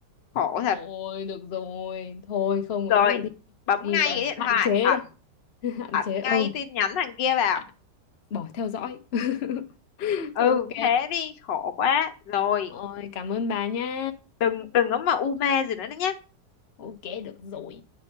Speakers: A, on the left; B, on the left.
A: khổ
B: Rồi
A: thật
B: được rồi Thôi không ấy
A: rồi
B: nữa đi
A: bấm
B: Đi
A: ngay
B: gọi
A: cái
B: là
A: điện
B: hạn
A: thoại
B: chế
A: ẩn
B: đây <laughs> Hạn
A: ẩn
B: chế ờ
A: ngay tin nhắn thằng kia vào
B: à, bỏ theo dõi <laughs>
A: ừ
B: Ok
A: thế đi khổ quá rồi
B: Rồi cảm ơn bà nha
A: đừng có mà u mê gì nữa, nữa nhá
B: Ok được rồi